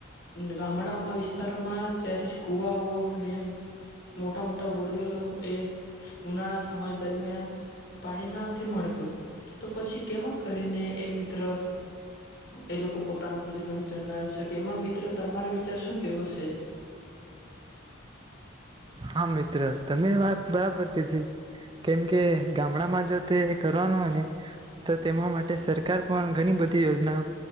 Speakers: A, on the left (about 60°); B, on the right (about 25°).
A: ઉહન ગામડામાં વિસ્તારોમાં જ્યારે ચ કુવાઓ અને મોટા મોટા બોરવેલો એ ઉના સમય દરમિયાન પાણીના થી મળતું. તો પછી કેમ કરીને એ મિત્ર અ એ લોકો પોતાનું ગુજરાન જનાવી શકે એમાં મિત્ર તમારો વિચાર શું કેવો સે?
B: હા, મિત્ર તમે વાત બરાબર કીધી. કેમ કે ગામડામાં જો તે કરવાનું હોય ને તો તેમાં માટે સરકાર પણ ઘની બધી યોજનાઓ